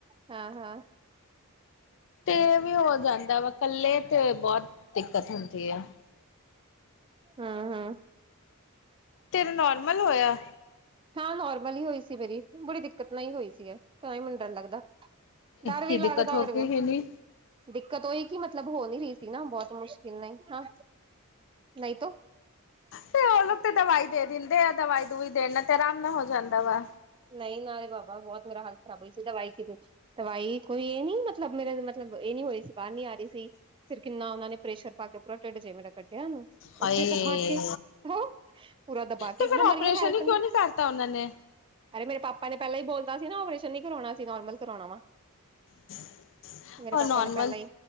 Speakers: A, on the right; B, on the left.
A: ਹਾਂ ਹਾਂ
B: ਤੇ ਵੀ ਹੋ ਜਾਂਦਾ ਵਾ ਕੱਲੇ ਤੇ ਬਹੁਤ ਦਿੱਕਤ ਹੁੰਦੀ ਆ
A: ਹਾਂ ਹਾਂ
B: ਤੇਰਾ ਨੋਰਮਲ ਹੋਇਆ
A: ਹਾਂ ਨੋਰਮਲ ਹੀ ਹੋਈ ਸੀ ਮੇਰੀ ਬੜੀ ਦਿੱਕਤ ਨਾਲ ਹੀ ਹੋਈ ਸੀ ਪਰ ਮੈਨੂੰ ਡਰ ਲੱਗਦਾ ਡਰ ਵੀ
B: ਕੀ
A: ਲੱਗਦਾ
B: ਦਿੱਕਤ ਹੋ
A: ਹੋਰ
B: ਗਈ
A: ਵੀ
B: ਹੀ ਨੀ
A: ਦਿੱਕਤ ਉਹੀ ਕਿ ਮਤਲਬ ਹੋ ਨਹੀਂ ਰਹੀ ਸੀ ਨਾ ਬਹੁਤ ਮੁਸ਼ਕਿਲ ਨਹੀਂ ਹਾਂ ਨਹੀਂ ਤ
B: ਤੇ ਉਹ ਲੋਕ ਤੇ ਦਵਾਈ ਦੇ ਦਿੰਦੇ ਆ ਦਵਾਈ ਦੁਵੁਈ ਦੇਣ ਨਾਲ ਤੇ ਆਰਾਮ ਨਾਲ ਹੋ ਜਾਂਦਾ ਵਾ
A: ਨਹੀਂ ਨਾਲੇ ਬਾਬਾ ਬਹੁਤ ਮੇਰਾ ਹਾਲਤ ਖਰਾਬ ਹੋਈ ਸੀ ਦਵਾਈ ਸੀ ਦਵਾਈ ਕੋਈ ਇਹ ਨੀ ਮਤਲਬ ਮੇਰੇ ਮਤਲਬ ਇਹ ਨੀ ਹੋਏ ਸੀ ਬਾਹਰ ਨੀ ਆ ਰਹੀ ਸੀ ਫਿਰ ਕਿੰਨਾ ਉਹਨਾ ਨੇ ਪ੍ਰੈਸ਼ਰ ਪਾ ਕੇ ਪੂਰਾ ਢਿੱਡ ਜਿ ਮੇਰਾ ਕੱਢਿਆ ਉਹਨੂੰ
B: ਹਾਏ
A: ਉੱਥੇ ਦਬਾ ਕੇ ਹੋ ਪੂਰਾ ਦਬਾ
B: ਤੇ
A: ਕੇ ਇੱਕ
B: ਫਿਰ
A: ਬਿਮਾਰੀਆਂ
B: ਓਪਰੇਸ਼ਨ
A: ਹੈਲਪ
B: ਹੀ ਕਿਉਂ
A: ਨੇ
B: ਨੀ ਕਰਤਾ ਉਹਨਾਂ ਨੇ
A: ਅਰੇ ਮੇਰੇ ਪਾਪਾ ਨੇ ਪਹਿਲਾਂ ਹੀ ਬੋਲਦਾ ਸੀ ਨਾ ਓਪਰੇਸ਼ਨ ਨੀ ਕਰਾਉਣਾ ਸੀ ਨੋਰਮਲ ਕਰਾਉਣਾ ਵਾ
B: <unintelligible>
A: ਮੇਰੇ ਪਾਪਾ
B: ਨੋਰਮਲ
A: ਨੇ ਪਹਿਲਾਂ ਹੀ